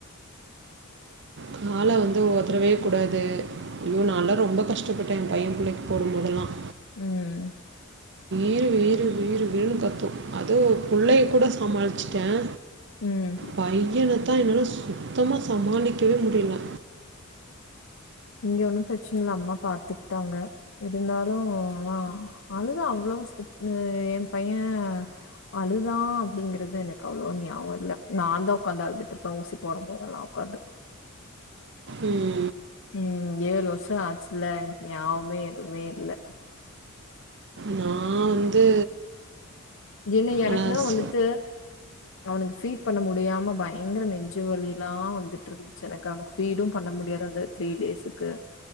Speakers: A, on the left; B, on the right.
A: <inaudible>
B: கால வந்து ஒத்ரவே கூடாது ஐயோ நான்ல்லாம் ரொம்ப கஷ்டப்பட்டேன் என் பையன் பிள்ளைக்கு போடும் போதெல்லாம்
A: உம்
B: வீது வீறு வீறு வீறுன்னு கத்தும் அது புள்ளைய கூட சமாளிச்சிட்டேன்
A: உம்
B: பையன தான் என்னால சுத்தமா சமாளிக்கவே முடியல
A: இங்க ஒன்னும் பிரச்சன இல்ல அம்மா பாத்துட்டாங்க இருந்தாலும் ஆமா அழுது அவ்வளவு என் பையன் அதுதான் அப்படிங்கறது எனக்கு அவ்வளவா ஞாபகம் இல்ல நான் தான் உக்காந்து அழுதுட்டுருப்பேன் ஊசி போடும் போதெல்லாம் உக்காது
B: உம்
A: உம் ஏழு வருஷம் ஆச்சுல்ல எனக்கு ஞாவ்மே எதுவுமே இல்ல
B: நா வந்து
A: என்ன எனக்கு
B: ஆனா
A: தான்
B: ஸ்
A: வந்துட்டு அவனுக்கு ஃபீட் பண்ண முடியாம பயங்கர நெஞ்சு வழி லாம் வந்துட்டுருந்து ச்சி எனக்கு அவனுக்கு ஃபீடும் பண்ண முடியாது அந்த த்ரீ டேசுக்கு